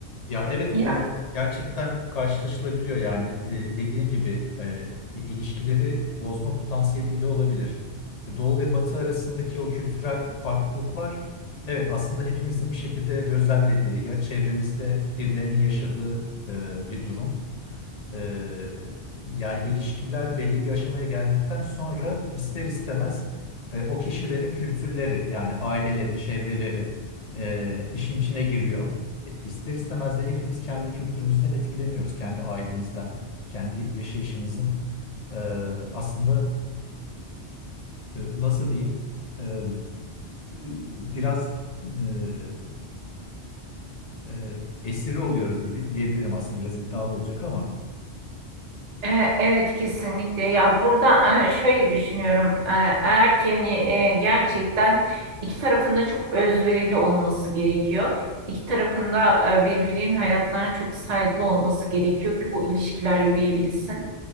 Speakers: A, on the left; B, on the right.
A: Ya evet
B: Yani
A: bu gerçekten karşılaşılabiliyor yani e, dediğin gibi e, ilişkileri bozma potansiyeli bile olabilir. Doğu ve Batı arasındaki o kültürel farklılıklar evet aslında hepimizin bir şekilde gözlemlediği ya çevremizde birilerinin yaşadığı e, bir durum. Ee, yani ilişkiler belli bir aşamaya geldikten sonra ister istemez e, o kişilerin kültürleri yani aileleri, çevreleri e, işin içine giriyor. E, ister istemez de hepimiz kendi kültürümüzden etkileniyoruz. Kendi ailemizden, kendi yaşayışımızın e, aslında e, nasıl diyeyim e, e, biraz e, e, esiri oluyoruz gibi diyebilirim aslında biraz iddialı olacak ama.
B: e, evet kesinlikle. Ya burada e, şöyle düşünüyorum. E, eğer ki hani e, gerçekten iki tarafında çok özverili olması gerekiyor. İki tarafında e, birbirlerinin hayatlarına çok saygılı olması gerekiyor ki bu ilişkiler yürüyebilsin.